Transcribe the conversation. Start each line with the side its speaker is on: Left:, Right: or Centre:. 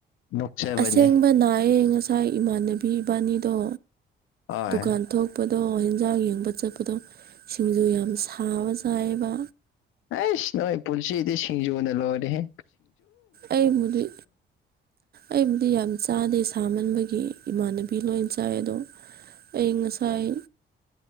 Left: ꯅꯣꯛꯆꯕꯅꯤ
Right: ꯑꯁꯦꯡꯕ ꯅꯥꯏꯌꯦꯦ ꯉꯁꯥꯏ ꯏꯃꯥꯟꯅꯕꯤ ꯏꯕꯥꯅꯤꯗꯣ
Left: ꯍꯣꯏ
Right: ꯗꯨꯀꯥꯟ ꯊꯣꯛꯄ ꯑꯗꯣ ꯌꯦꯟꯖꯥꯡ ꯌꯦꯡꯕ ꯆꯠꯄꯗꯣ ꯁꯤꯡꯖꯨ ꯌꯥꯝ ꯁꯥꯕ ꯆꯥꯏꯑꯕ
Left: ꯑꯁ ꯅꯣꯏ ꯄꯨꯁꯤꯗꯤ ꯁꯤꯖꯕꯅ ꯂꯧꯔꯦ ꯍꯦ
Right: ꯑꯩꯕꯨꯗꯤ ꯑꯩꯕꯨꯗꯤ ꯌꯥꯝ ꯆꯥꯗꯦ ꯊꯥꯃꯟꯕꯒꯤ ꯏꯃꯥꯟꯅꯕꯤ ꯂꯣꯏ ꯆꯥꯏ ꯑꯗꯣ ꯑꯩ ꯉꯁꯥꯏ